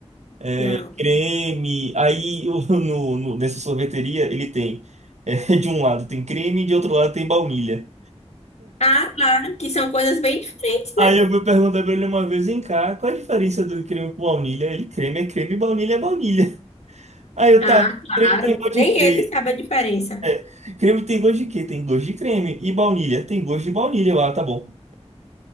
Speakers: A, on the right; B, on the left.
A: é,
B: Não.
A: creme. Aí <laughs> o- no, no- nessa sorveteria ele tem, é, <laughs> de um lado tem creme e de outro lado tem baunilha.
B: Ah, claro, que são coisas bem diferentes,
A: Aí
B: né?
A: eu fui perguntar pra ele uma vez, vem cá, qual a diferença do creme com baunilha? Ele, creme é creme, baunilha é baunilha. Aí eu,
B: Ah,
A: tá,
B: claro.
A: creme tem gosto
B: Nem
A: de creme.
B: ele sabe a diferença.
A: É, Creme tem gosto de quê? Tem gosto de creme. E baunilha? Tem gosto de baunilha. Eu, Ah, tá bom.